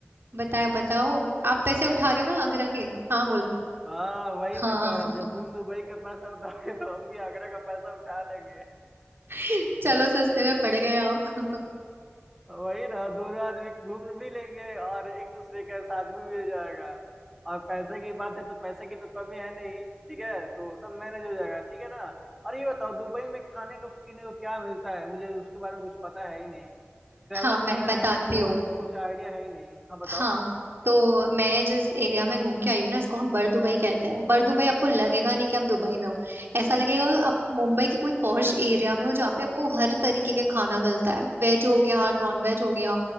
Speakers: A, on the right; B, in the centre.
A: बताओ बताओ आप पैसे उठा रहे हो ना आगरा के हाँ बोलो
B: हाँ वही
A: हाँ
B: मैं कह रहा था जब तुम दुबई का पैसा उठाओगे तो हम भी आगरा का पैसा उठा लेंगे
A: <laughs> चलो सस्ते
B: <laughs>
A: में पड़ गए आप
B: वही ना दोनों आदमी घूम भी लेंगे और एक दूसरे का साथ भी मिल जाएगा और पैसे की बात है तो पैसे की तो कमी है नहीं ठीक है तो सब मैनेज हो जाएगा ठीक है ना और ये बताओ दुबई में खाने को पीने को क्या मिलता है मुझे उसके बारे में कुछ पता है ही नहीं ट्रैवल
A: हाँ मैं
B: कर रहे
A: बताती
B: हैं तो
A: हूँ
B: हमको कुछ आइडिया है ही नहीं हाँ बताओ
A: हाँ तो मैं जिस एरिया में घूम के आई हूँ ना इसको हम बर दुबई कहते हैं बर दुबई आपको लगेगा नहीं कि आप दुबई में हो ऐसा लगेगा आप मुंबई के कोई पॉश एरिया में हो जहाँ पे आपको हर तरीके का खाना मिलता है वेज हो गया नॉन वेज हो गया